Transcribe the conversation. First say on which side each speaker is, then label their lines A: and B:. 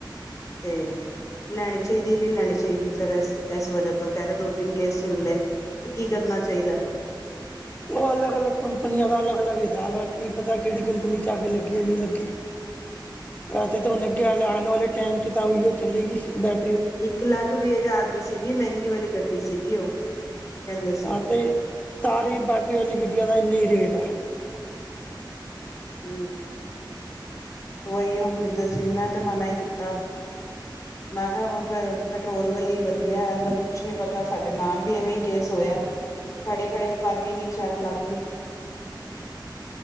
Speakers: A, on the left (about 40°); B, on the left (about 20°).
A: ਤੇ ਲੈਣੀ ਚਾਹੀਦੀ ਨਹੀਂ ਲੈਣੀ ਚਾਹੀਦੀ ਫਿਰ ਇਸ ਵਜ੍ਹਾ ਤੋਂ ਕਹਿ ਰਹੇ ਦੋ ਤਿੰਨ ਕੇਸ ਸੁਣ ਲਏ। ਤੇ ਕੀ ਕਰਨਾ ਚਾਹੀਦਾ।
B: ਉਹ ਅਲੱਗ -ਅਲਗ ਕੰਪਨੀਆਂ ਦਾ ਅਲਗ- ਅਲੱਗ ਹਿਸਾਬਵਾ ਕਿ ਪਤਾ ਕਿਹੜੀ ਕੰਪਨੀ 'ਚ ਅੱਗ ਲੱਗੀ ਜਾਂ ਨਹੀਂ ਲੱਗੀ।
A: <unintelligible>
B: ਵੈਸੇ ਤਾਂ ਹੁਣ ਲੱਗੇੇ ਆਣ ਵਾਲੇ ਟਾਈਮ 'ਚ ਤਾਂ ਉਹੀ ਚਲੇਗੀ ਬੈ
A: ਇੱਕ ਲੱਖ ਵੀਹ ਹਜ਼ਾਰ ਦੀ ਸੀਗੀ ਮਹਿੰਗੀ ਵਾਲੀ ਗੱਡੀ ਸੀਗੀ ਉਹ ਕਹਿੰਦੇ ਸੀ
B: ਹਾਂ ਅਤੇ ਸਾਰੀ ਬੈਟਰੀ ਵਾਲੀ ਗੱਡੀਆਂ ਦਾ ਇੰਨਾ ਹੀ ਰੇਟ ਹੈ।
A: ਹੂੰ ਉਹ ਇਉ ਪੁੱਛਦੇ ਸੀ ਮੈਂ ਤੇ ਮਨਾ ਹੀ ਕੀਤਾ। ਮੈਂ ਕਿਹਾ ਫਿਰ ਪੈਟਰੋਲ ਵਾਲੀ ਵਧੀਆ ਇਹਦਾ ਤਾਂ ਕੁਛ ਨੀ ਪਤਾ ਸਾਡਾ ਨਾਲ ਵੀ ਐਵੇਂ ਕੇਸ ਹੋਇਆ ਖੜੇ- ਖੜੇ ਪਾਰਕਿੰਗ ਵਿਚ ਅਗ ਲੱਗ ਗਈ।